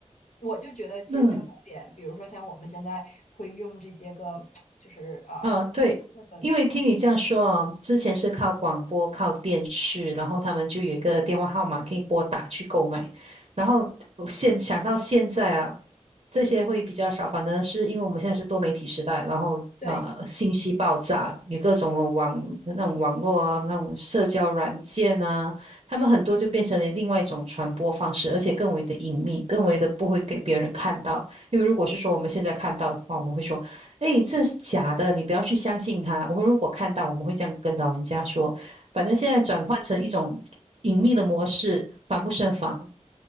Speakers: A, on the left; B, on the right.
A: 我就觉得其实相同点，
B: 嗯，
A: 比如说像我们现在会用这些个，就是啊
B: 啊，对，
A: ，Amazon，
B: 因为听你这样说啊，之前是靠广播、
A: 嗯，
B: 靠电视，然后他们就有一个电话号码可以拨打去购买。然后我现想到现在啊，这些会比较少，反而是因为我们现在是多媒体时代，然后呃，
A: 对，
B: 信息爆炸，有各种的网那种网络啊，那种社交软件啊，他们很多就变成了另外一种传播方式，而且更为的隐秘，更为的不会给别人看到。因为如果是说我们现在看到的话，我们会说。哎，这是假的，你不要去相信他。我们如果看到，我们会这样跟老人家说。反正现在转换成一种隐秘的模式，防不胜防。